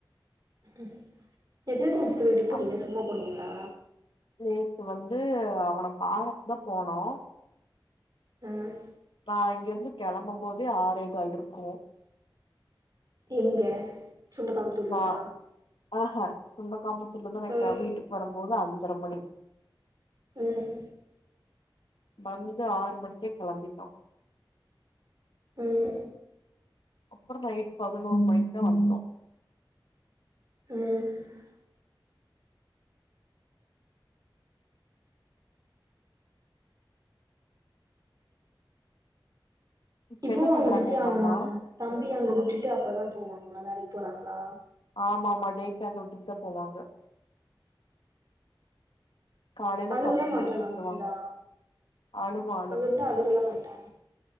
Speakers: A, on the right (about 50°); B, on the left (about 85°).
A: ம் செரி எதுக்கு உங்க சித்தி வீட்டுக்கு போனீங்க
B: அப்
A: சும்மா போனீங்க ளா
B: நேத்து வந்து அவனை பாக்க தான் போனோம்
A: ம்
B: நான் இங்கிருந்து கிளம்பும் போதே ஆரேகால் இருக்கும்
A: எங்க சொந்த காமத்தூர்ல
B: நான்
A: இருந்தா
B: ஆ சொந்த காம சொல்லத நைக்கேன்
A: ம்
B: வீட்டுக்கு வரும்போது அது ஜெர்மனி
A: ம்
B: வந்து ஆறு மணிக்கே கெளம்பிட்டோம்
A: ம்
B: அப்புறம் நைட் பதினொரு மணிக்கு தான் வந்தோம்
A: ம்
B: இப்ப
A: இப்போ
B: என்ன
A: அவுங்க
B: பண்றாங்க
A: சித்தி
B: உங்க
A: ஆகன
B: அம்மா
A: தம்பி அங்க விட்டுட்டு அப்பதான் போவாங்க இன்னும் வேலைக்கு போறாங்களா
B: ஆமா ஆமா டே கேர்ல விட்டு தான் போவாங்க காலையில
A: அழுகலா
B: பத்து
A: மாட்டான்
B: மணிக்கு விட்டுருவாங்க
A: நா வீட்ல இருந்தா
B: அழுவா
A: அங்க இருந்தா அழுகல்லாம் மாட்டான்